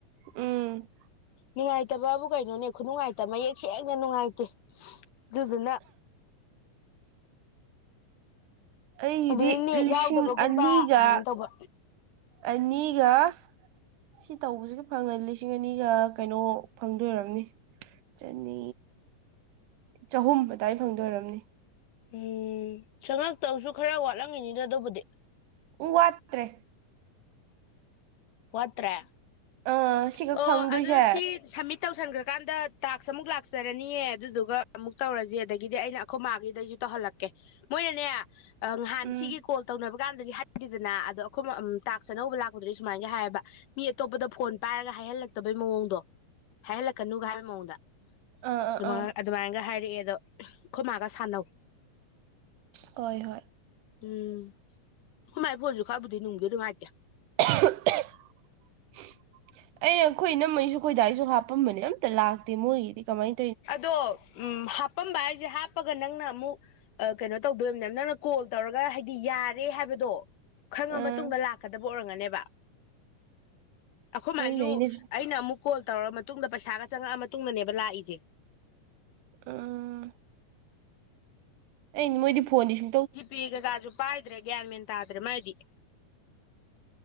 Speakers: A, on the right (about 80°); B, on the left (about 75°).
A: ꯎꯝ
B: ꯅꯨꯡꯉꯥꯏꯇꯕꯕꯨ ꯀꯩꯅꯣꯅꯦ ꯈꯨꯅꯨꯡꯉꯥꯏꯇꯕ ꯃꯌꯦꯛ ꯁꯦꯡꯅ ꯅꯨꯡꯉꯥꯏꯇꯦ ꯑꯗꯨꯗꯨꯅ
A: ꯑꯩꯒꯤꯗꯤ
B: ꯑꯗꯨꯗꯤ ꯅꯦꯠ
A: ꯂꯤꯁꯤꯡ
B: ꯌꯥꯎꯗꯕꯒꯨꯝꯕ
A: ꯑꯅꯤꯒ
B: ꯑꯗꯨꯃꯥꯏꯅ ꯇꯧꯕ
A: ꯑꯅꯤꯒ ꯁꯤ ꯇꯧꯕꯁꯨ ꯐꯪꯉꯅꯤ ꯂꯤꯁꯤꯡ ꯑꯅꯤꯒ ꯀꯩꯅꯣ ꯐꯪꯗꯣꯏꯝꯅꯤ꯫ ꯆꯅꯤ ꯆꯍꯨꯝ ꯑꯗꯨꯏ ꯐꯪꯗꯣꯏꯝꯅꯤ꯫
B: ꯎꯝ ꯁꯉꯛꯇꯧꯁꯨ ꯈꯔ ꯋꯥꯠꯂꯝꯉꯤꯅꯤꯗ ꯑꯗꯨꯕꯨꯗꯤ꯫
A: ꯎꯝ ꯋꯥꯠꯇ꯭ꯔꯦ꯫
B: ꯋꯥꯠꯇ꯭ꯔꯦ
A: ꯑꯥ ꯁꯤꯈꯛ
B: ꯑꯣ
A: ꯐꯪꯗꯣꯏꯁꯦ
B: ꯑꯗꯨ ꯁꯤ ꯁꯃꯤꯠ ꯇꯧꯁꯟꯒ꯭ꯔꯀꯥꯟꯗ ꯇꯥꯛꯁ ꯑꯃꯨꯛ ꯂꯥꯛꯆꯔꯅꯤꯌꯦ ꯑꯗꯨꯗꯨꯒ ꯑꯃꯨꯛ ꯇꯧꯔꯖꯤ ꯑꯗꯒꯤꯗꯤ ꯑꯩꯅ ꯑꯈꯣꯏ ꯃꯥꯒꯤꯗꯩꯖꯨ ꯇꯧꯍꯜꯂꯛꯀꯦ ꯃꯣꯏꯅꯅꯦ ꯑ ꯉꯍꯥꯟ
A: ꯎꯝ
B: ꯁꯤꯒꯤ ꯀꯣꯜ ꯇꯧꯅꯕ ꯀꯥꯟꯗꯗꯤ ꯍꯥꯏꯗꯦꯗꯅ ꯑꯗꯣ ꯑꯩꯈꯣꯏ ꯃ ꯑꯝ ꯇꯥꯛꯁ ꯑꯅꯧꯕ ꯂꯥꯛꯄꯗꯗꯤ ꯁꯨꯃꯥꯏꯅꯒ ꯍꯥꯏꯕ ꯃꯤ ꯑꯇꯣꯞꯄꯗ ꯐꯣꯟ ꯄꯥꯏꯔꯒ ꯍꯥꯏꯍꯜꯂꯛꯇꯕꯩ ꯃꯑꯣꯡꯗꯣ ꯍꯥꯏꯍꯜꯂꯛꯀꯅꯨꯒ ꯍꯥꯏꯕꯩ ꯃꯑꯣꯡꯗ
A: ꯑꯥ ꯑꯥ
B: ꯑꯗꯨꯃ
A: ꯑꯥ
B: ꯑꯗꯨꯃꯥꯏꯅꯒ ꯍꯥꯏꯔꯛꯑꯦꯗꯣ ꯑꯩꯈꯣꯏ ꯃꯥꯒ ꯁꯥꯟꯅꯧ
A: ꯍꯣꯏ ꯍꯣꯏ
B: ꯎꯝ ꯑꯈꯣꯏ ꯃꯥꯏ ꯐꯣꯟꯖꯨ ꯈꯔꯕꯨꯗꯤ ꯅꯨꯡꯗꯤ ꯅꯨꯡꯉꯥꯏꯇꯦ
A: <unintelligible> ꯑꯩꯅ ꯑꯩꯈꯣꯏ ꯏꯅꯝꯃꯩꯁꯨ ꯑꯩꯈꯣꯏꯗꯥꯏꯁꯨ ꯍꯥꯞꯄꯝꯕꯅꯦ ꯑꯝꯇ ꯂꯥꯛꯇꯦ ꯃꯣꯏꯒꯤꯗꯤ ꯀꯃꯥꯏ
B: ꯑꯗꯣ ꯎꯝ ꯍꯥꯞꯄꯝꯕ ꯍꯥꯏꯖꯦ ꯍꯥꯞꯄꯒ ꯅꯪꯅ ꯑꯃꯨꯛ ꯑ ꯀꯩꯅꯣ ꯇꯧꯗꯣꯏꯝꯅꯦ ꯅꯪꯅ ꯀꯣꯜ ꯇꯧꯔꯒ ꯍꯥꯏꯗꯤ ꯌꯥꯔꯦ ꯍꯥꯏꯕꯗꯣ ꯈꯪꯉ
A: ꯑꯥ
B: ꯃꯇꯨꯡꯗ ꯂꯥꯛꯀꯗꯕ ꯑꯣꯏꯔꯝꯒꯅꯦꯕ ꯑꯩꯈꯣꯏ
A: ꯈꯪꯗꯦ
B: ꯃꯥꯏꯖꯨ
A: ꯑꯩꯅꯁꯨ
B: ꯑꯩꯅ ꯑꯃꯨꯛ ꯀꯣꯜ ꯇꯧꯔꯒ ꯃꯇꯨꯡꯗ ꯄꯩꯁꯥꯒ ꯆꯪꯉꯛꯑ ꯃꯇꯨꯡꯗꯅꯦꯕ ꯂꯥꯛꯏꯖꯦ
A: <unintelligible> ꯑꯩꯅ ꯃꯣꯏꯗꯤ ꯐꯣꯟꯗꯤ ꯁ
B: ꯖꯤ ꯄꯦ ꯀꯩꯀꯥꯁꯨ ꯄꯥꯏꯗ꯭ꯔꯦ ꯒ꯭ꯌꯥꯟꯃꯦꯟ ꯇꯥꯗ꯭ꯔꯦ ꯃꯥꯏꯗꯤ